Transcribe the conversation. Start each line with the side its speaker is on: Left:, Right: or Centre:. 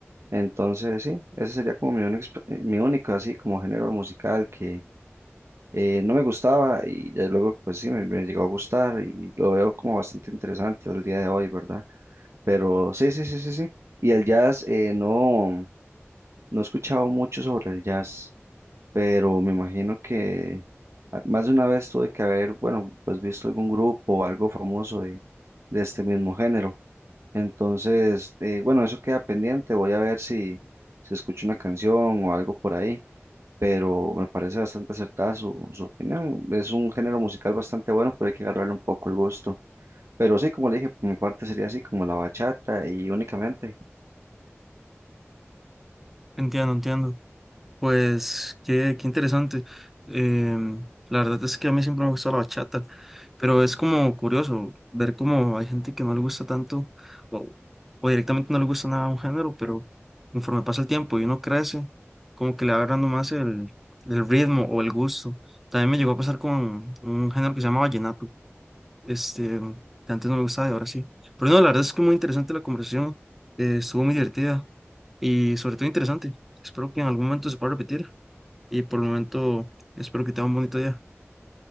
Right: Entonces, sí, ese sería como mi única, exp- eh, mi única así como género musical que eh, no me gustaba y ya luego pues sí me, me llegó a gustar y lo veo como bastante interesante al día de hoy, ¿verdad? Pero sí, sí, sí, sí, sí. Y el jazz, eh, no, no he escuchado mucho sobre el jazz pero me imagino que a- más de una vez tuve que haber, bueno, pues visto algún grupo o algo famoso de, de este mismo género. Entonces, eh, bueno, eso queda pendiente, voy a ver si, si escucho una canción o algo por ahí, pero me parece bastante acertada su, su opinión. Es un género musical bastante bueno, pero hay que agarrarle un poco el gusto. Pero sí, como le dije, por mi parte sería así como la bachata y únicamente.
Centre: Entiendo, entiendo. Pues qué, qué interesante. Em, la verdad es que a mí siempre me ha gustado la bachata. Pero es como curioso ver cómo hay gente que no le gusta tanto o, o directamente no le gusta nada un género, pero conforme pasa el tiempo y uno crece, como que le va agarrando más el, el ritmo o el gusto. También me llegó a pasar con un género que se llama vallenato, este, que antes no me gustaba y ahora sí. Pero no, la verdad es que muy interesante la conversación, eh, estuvo muy divertida y sobre todo interesante. Espero que en algún momento se pueda repetir y por el momento espero que tenga un bonito día.